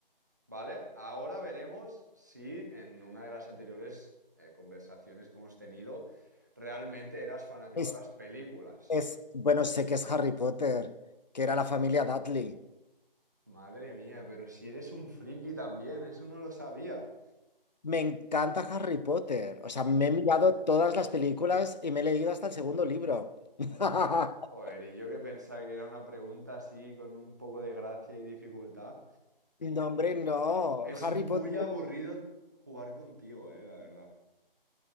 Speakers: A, on the right (about 20°); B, on the left (about 50°).
A: ¿Vale? Ahora veremos si en una de las anteriores eh, conversaciones que hemos tenido realmente eras fanático
B: Es-
A: de las películas.
B: Es, bueno, sé que es Harry Potter, que era la familia
A: Joder.
B: Dudley.
A: Madre mía, pero si eres un friki también, eso no lo sabía.
B: Me encanta Harry Potter. O sea, me he mirado todas las películas y me he leído hasta el segundo libro. <laughs>
A: Joder. Joder, y yo que pensaba que era una pregunta así con un poco de gracia y dificultad.
B: No, hombre, no.
A: Es
B: Harry
A: muy
B: Potter.
A: aburrido jugar contigo, eh, la verdad.